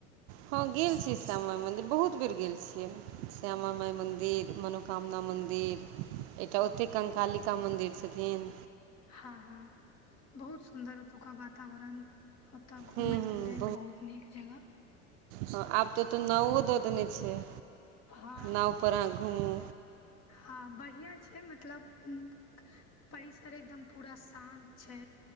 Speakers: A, on the right; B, on the left.
A: हँ गेल छियै श्यामाइ मन्दिर बहुत बेर गेल छियै। श्यामा माइ मन्दिर मनोकामना मन्दिर। एकटा ओते कंकालिका मन्दिर छथिन।
B: हँ हँ बहुत सुन्दर- - ओतुका वातावरण ओतए घूमेय
A: हूँ हूँ
B: के लेल बहुत नीक जगह।
A: हँ आब तऽ त नावो दऽ देने छैय
B: हँ
A: नावपर अहाँ घुमू।
B: हँ बढ़िआँ छै मतलब हु। परिसर एकदम पूरा शान्त छै।